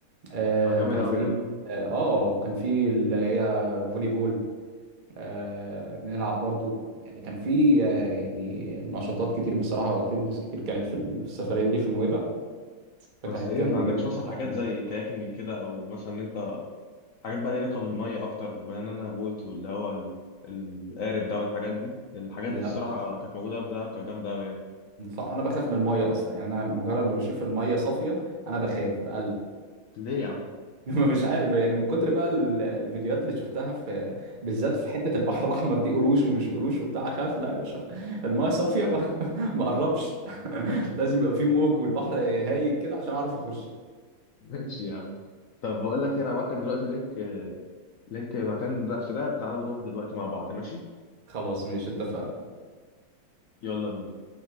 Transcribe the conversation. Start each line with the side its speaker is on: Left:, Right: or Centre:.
Right: آه
Left: ده جامد
Right: كان
Left: قوي
Right: في
Left: ده
Right: اه آه، كان في اللي هي فولي بول آه بنلعب برضو يعني كان في آه، يعني نشاطات كتير بصراحة واكتيفيتيز كتير كانت في ال- في السفرية دي في نويبع فكانت
Left: بس ايه
Right: جامدة
Left: ما عندكش
Right: جدا
Left: مثلا
Right: بصراحة
Left: حاجات
Right: بالنسبة
Left: زي كاياكينج كده او مثلا ان انت حاجات بقى ليها علاقه بالميه اكتر بنانا بوت واللي هو ال- القارب ده والحاجات دي الحاجات
Right: لي
Left: دي الصراحه
Right: لا بصراحة
Left: كانت موجوده في دهب كانت جامده قوي يعني
Right: بصراحة أنا بخاف من المية أصلا يعني أنا مجرد ما بشوف المية صافية أنا بخاف بقلق
Left: ليه يا عم
Right: <laughs> مش عارف يعني من كتر بقى ال- الفيديوهات اللي شفتها في بالذات في حتة البحر الأحمر دي قروش ومش قروش وبتاع خاف لا يا باشا المايه صافية ما <laughs> ما قربش <laughs> لازم يبقى في موج والبحر هايج كده عشان أعرف أخش
Left: <laughs> ماشي يا عم طب بقول لك إيه، انا هبعت لك دلوقتي لينك لينك مكان ده في دهب تعالى نروح دلوقتي مع بعض ماشي
Right: خلاص ماشي اتفقنا
Left: يلا بينا